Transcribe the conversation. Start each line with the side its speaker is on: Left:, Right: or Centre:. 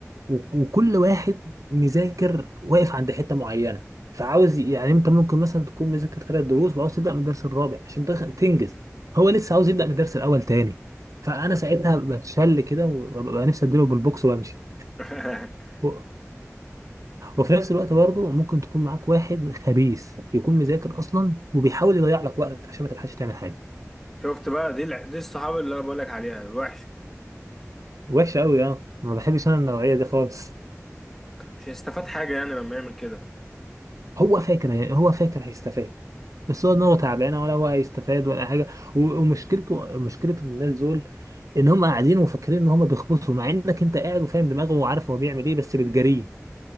Right: و- وكل واحد مذاكر واقف عند حته معينه فعاوز يعني انت ممكن مثلا تكون مذاكر ثلاث دروس وعاوز تبدا من الدرس الرابع عشان تخ- تنجز هو لسه عاوز يبدا من الدرس الاول تاني فانا ساعتها بتشل كده وببقى نفسي اديله بالبوكس وامشي
Centre: <laughs>
Right: و- وفي نفس الوقت برضه ممكن تكون معاك واحد خبيث يكون مذاكر اصلا وبيحاول يضيع لك وقتك عشان ما تلحقش تعمل حاجه
Centre: شفت بقى دي الع- دي الصحاب اللي انا بقول لك عليها الوحشه
Right: وحشة أوي أه ما بحبش أنا النوعية دي خالص
Centre: مش هيستفاد حاجه يعني لما يعمل كده
Right: هو فاكر يعني هو فاكر هيستفاد بس هو دماغه تعبانة ولا هو هيستفاد ولا حاجة و- ومشكلته مشكلة الناس دول إن هم قاعدين وفاكرين إن هم بيخبطوا مع إنك أنت قاعد وفاهم دماغه وعارف هو بيعمل إيه بس بتجاريه